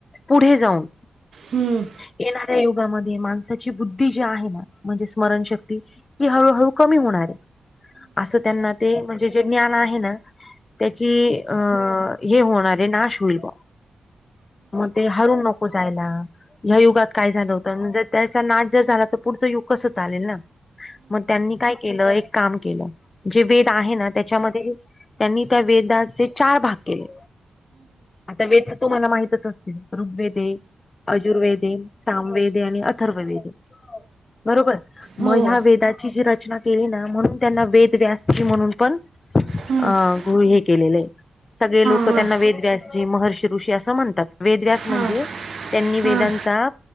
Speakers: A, on the left (about 30°); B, on the right (about 60°).
A: पुढे जाऊन
B: हुं.
A: येणाऱ्या युगामध्ये माणसाची बुद्धी जी आहे ना, म्हणजे स्मरणशक्ती ती हळूहळू कमी होणारे. असं त्यांना ते म्हणजे जे ज्ञान आहे ना त्याची अ हे होणारे, नाश होईल ब्वा म ते हरून नको जायला. ह्या युगात काय झालं होतं, म्हणजे त्याचा नाश जर झाला तर पुढचं युग कसं चालेल ना. म त्यांनी काय केलं, एक काम केलं, जे वेद आहे ना त्याच्यामध्ये त्यांनी त्या वेदाचे चार भाग केले. आता वेद त तुम्हाला माहितच असतील. ऋग्वेदे, अजुर्वेद सामवेद ए अणि अथर्ववेद ए, बरोबर.
B: हो
A: म ह्या वेदाची जी रचना केली ना म्हणून त्यांना वेद व्यासजी म्हणून पण अं
B: हां
A: गृह्य केलेलें. सगळे लोकं
B: हां
A: त्यांना वेद व्यासजी, महर्षी ऋषी असं म्हणतात. वेदव्यास म्हणजे
B: हां
A: त्यांनी
B: हां
A: वेदांत चा,